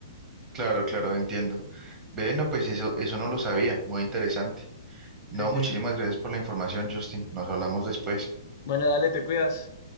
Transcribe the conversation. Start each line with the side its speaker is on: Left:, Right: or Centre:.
Right: Claro, claro, entiendo. Ve, no, pues eso, eso no lo sabía, muy interesante. No,
Left: Sí, sí.
Right: muchísimas gracias por la información, Justin. Nos hablamos después.
Left: Bueno, dale, te cuidas.